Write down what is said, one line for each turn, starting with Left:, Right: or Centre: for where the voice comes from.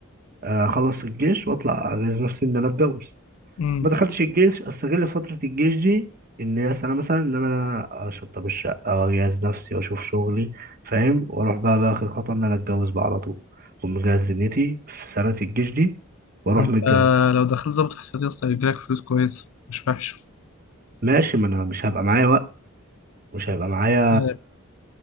Right: آه، اخلص الجيش واطلع اجهز نفسي ان انا اتجوز
Left: امم
Right: ما دخلتش الجيش استغل فترة الجيش دي ان هي سنة مثلا ان انا اشطب الشقة واجهز نفسي واشوف شغلي فاهم واروح بقى بقى اخر خطوة ان انا اتجوز بقى على طول اكون مجهز دنيتي في سنة الجيش دي واروح
Left: انت
Right: متجوز
Left: لو دخلت ضابط احتياطي اصلا هيجيلك فلوس كويسة مش وحشة
Right: ماشي ما انا مش هبقى معايا وقت مش هيبقى معايا
Left: اه،